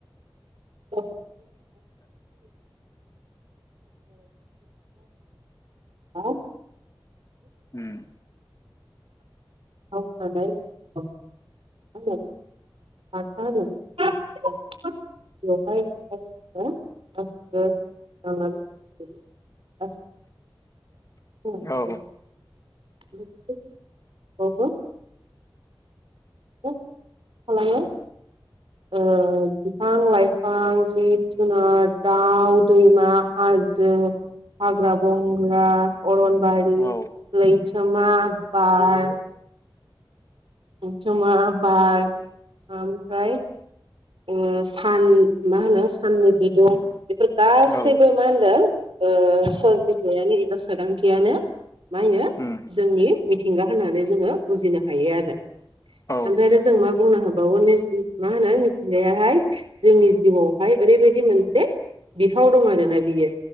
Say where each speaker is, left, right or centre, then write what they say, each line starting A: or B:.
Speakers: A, on the right; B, on the left.
A: <unintelligible> औ <unintelligible>
B: ओम।
A: <unintelligible> बानथा होनो। <unintelligible> बेवहाय <unintelligible> <unintelligible> <unintelligible>
B: औ
A: <unintelligible> खालामो ओ बिफां लाइफां जिब जुनार दाउ दैमा हाजो। हाग्रा बंग्रा अरन बारि
B: औ
A: लैथोमा बार लैथोमा बार ओमफ्राय ओ- सान मा होनो साननि बिदुं। बेफोर गासैबो
B: औ
A: मा होनदों ओ-सोरजिथायानो एबा सोदांथियानो। मा बियो
B: उम
A: जोंनि मिथिंगा होननानै जोङो बुजिनो हायो आरो। ओमफ्राय
B: औ
A: आरो जों मा बुंनो होबावो नेस- मा होनो मिथिंगायाहाय जोंनि जिउआवहाय ओरैबायदि मोनसे थाव दं आरो ना बियो